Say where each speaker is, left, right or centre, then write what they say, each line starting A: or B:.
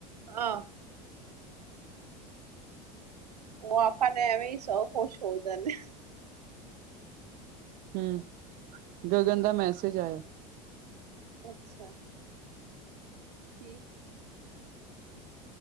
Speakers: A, on the right (about 90°); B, on the right (about 45°).
A: ਆਹ ਉਹ ਆਪਾਂ ਨੇ ਐਵੇਂ ਹੀ ਸ ਖੁਸ਼ ਹੋ ਜਾਂਦੇ
B: ਹਮ ਗਗਨ ਦਾ ਮੈਸੇਜ ਆਇਆ
A: ਅੱਛਾ <inaudible>